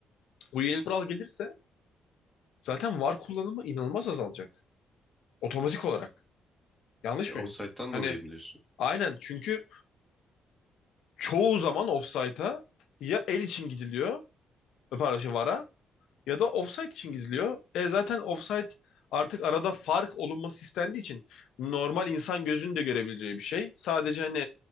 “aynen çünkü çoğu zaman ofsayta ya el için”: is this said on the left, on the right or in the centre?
Left